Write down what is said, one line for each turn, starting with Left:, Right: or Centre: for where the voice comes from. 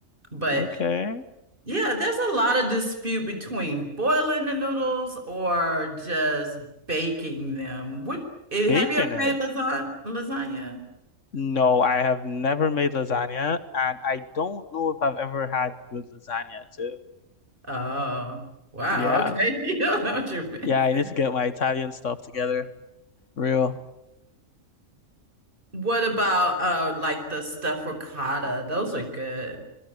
Right: But
Left: okay.
Right: Yeah, there's a lot of dispute between boiling the noodles or just baking them. What eh,
Left: Bacon
Right: have you ever made
Left: it.
Right: lasagna? Lasagna?
Left: No, I have never made lasagna, and I don't know if I've ever had good lasagna too.
Right: Oh, wow.
Left: Yeah,
Right: Okay, <laughs> you don't know what you're missing.
Left: yeah, I need to get my Italian stuff together. Real.
Right: What about uh like the stuffed ricotta? Those are good.